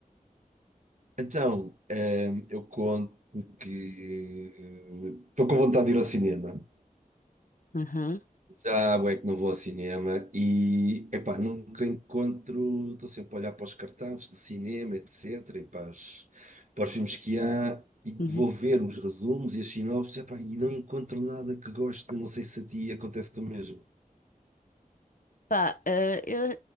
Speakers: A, on the right; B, on the left.
A: Então, ehm, eu conto que estou com vontade de ir ao cinema.
B: Uhum.
A: Já há bué que não vou ao cinema e, epá, nunca encontro, estou sempre a olhar para os cartazes de cinema, etc, e para, as- para os filmes que há e que
B: Uhum.
A: vou ver os resumos e as sinopses, epá, e não encontro nada que goste, não sei se a ti acontece do mesmo.
B: Pá, eh, eu,